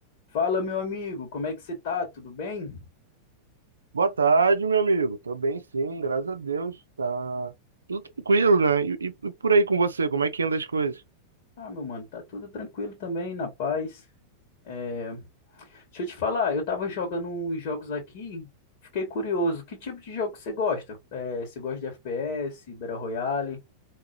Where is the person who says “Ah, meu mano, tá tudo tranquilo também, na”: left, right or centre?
Left